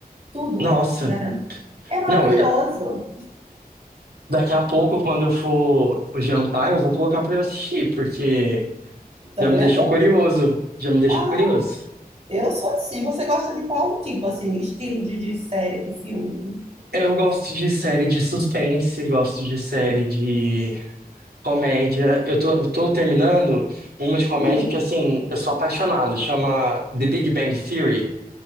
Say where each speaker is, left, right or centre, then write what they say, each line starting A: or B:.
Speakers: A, on the right; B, on the right.
A: Tudo,
B: Nossa.
A: garanto. É maravilhoso.
B: Não, eu- daqui a pouco, quando eu for jantar, eu vou colocar pra eu assistir, porque
A: Tá
B: já
A: vendo?
B: me deixou curioso. Já me deixou
A: Ah,
B: curioso.
A: eu sou assim. Você gosta de qual tipo, assim, estilo de, de série, de filme?
B: Eu gosto de série de suspense, gosto de série de comédia. Eu tô, eu tô terminando uma de comédia
A: Hum,
B: que, assim, eu sou apaixonado. Chama The Big Bang Theory.